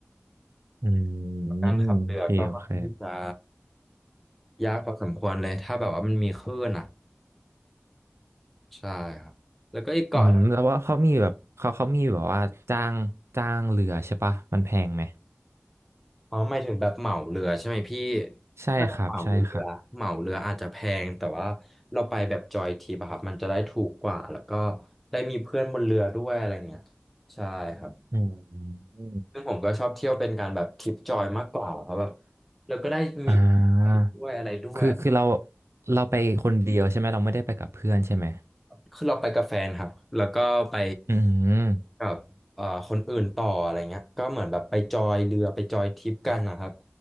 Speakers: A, on the right; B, in the centre.
A: อื
B: การขับเรือก็ค่อนข้างที่จะ
A: มโอเคโอเค
B: ยากพอสมควรเลยถ้าแบบว่ามันมีคลื่นอ่ะใช่ครับแล้วก็อีกเกาะหนึ่ง
A: อืมแล้วว่าเขามีแบบเขาเขามีแบบว่าจ้างจ้างเรือใช่ปะ มันแพงไหม
B: อ๋อหมายถึงแบบเหมาเรือใช่ไหมพี่
A: ใช่ครับ
B: ถ้าแบบเหมาเรือเหมาเรืออาจจะแพงแต่ว่าเราไปแบบจอยทริปอะครับมันจะได้ถูกกว่าแล้วก็
A: ใช่ครับ
B: ได้มีเพื่อนบนเรือด้วยอะไรเงี้ยใช่ครับ
A: อืม
B: ซึ่งผมก็ชอบเที่ยวเป็นการแบบทริปจอยมากกว่าเพราะแบบเราก็ได้มีไปด้วยอะไรด้วย
A: อ่าคือคือเราเราไปคนเดียวใช่ไหมเราไม่ได้ไปกับเพื่อนใช่ไหม
B: คือเราไปกับแฟนครับแล้วก็ไป
A: อืม
B: กับเอ่อคนอื่นต่ออะไรเงี้ยก็เหมือนแบบไปจอยเรือไปจอยทริปกันนะครับ